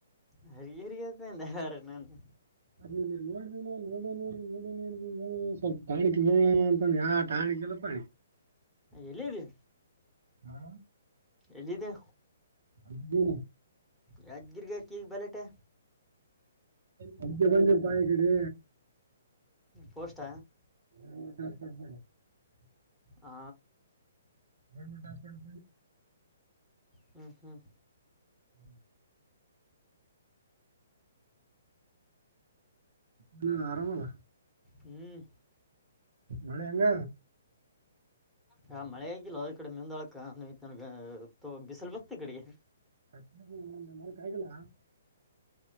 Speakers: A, in the centre; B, on the right (about 60°).
A: <unintelligible> ನಾನು
B: ಅದ ನೋಡಿನಾ ನೋಡ ನೋಡ ನೋಡ ನೋಡನೋ ಸ್ವಲ್ಪ <unintelligible> ಯಾವ ಟಾನಿಕ್ ಇಲಪ್ಪ
A: ಎಲ್ಲಿದ್ದಿ
B: ಹಾ
A: ಎಲ್ಲಿದ್ದೆ
B: ಯಾದಗಿರಿ
A: ಯಾದಗಿರಿಗೆ ಯಾಕೆ ಈಗ ಬೆಲಾಟೆ
B: ಅದಿಕ್ಕೆ ಬಂದೆಪಾ ಈಕಡೆ
A: ಪೋಸ್ಟ
B: <unintelligible>
A: ಆ
B: ಗೌರ್ಮೆಂಟ್ ಹಾಸ್ಪಿಟಲ್ ಬಂದು ಗೌರ್ಮೆಂಟ್ ಹಾಸ್ಪಿಟಲ್
A: ಹ್ಮ್ಮ್ ಹ್ಮ್
B: <unintelligible> ಹ್ಮ ಆರಾಮಲ್ಲ
A: ಹ್ಮ್
B: ಮಳೆ ಹೆಂಗ
A: ಹಾ ಮಳೆ ಆಗಿಲ್ಲ ಈ ಕಡೆ ಮುಂದಾಳಕ ನನ್ಗ ಬಿಸಿಲ್ ಬತ್ತ ಈ ಕಡೆಗೆ
B: ಕ ಮಲಕ ಆಯಗಲ್ಲ. <inaudible>